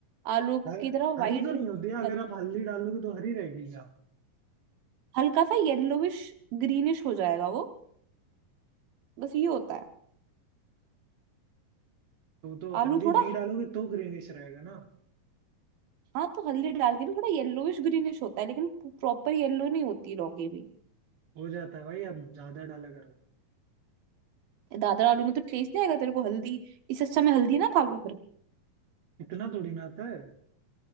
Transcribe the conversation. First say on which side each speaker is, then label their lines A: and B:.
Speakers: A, on the right; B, on the right.
A: आलू
B: ह-
A: की तरह
B: हरी
A: वाइट
B: तो नहीं
A: रहती
B: होती है अगर
A: है
B: आप हल्दी डालोगे तो हरी रहेगी क्या
A: हल्का सा येलोविश ग्रीनिश हो जाएगा वो बस ये होता है
B: तो तो
A: आलू
B: हल्दी
A: थोड़ा
B: नहीं डालोगे तो ग्रीनिश रहेगा ना
A: हाँ तो हल्दी डाल के भी थोड़ा येलोविश ग्रीनिश होता है लेकिन प्रॉपर येलो नहीं होती लौकी भी
B: हो जाता है भाई आप ज्यादा डाला करो
A: दादर आलू में तो टेस्ट नहीं आएगा तेरे को हल्दी इससे अच्छा मैं हल्दी ना खा लूं फिर
B: इतना थोड़ी ना आता है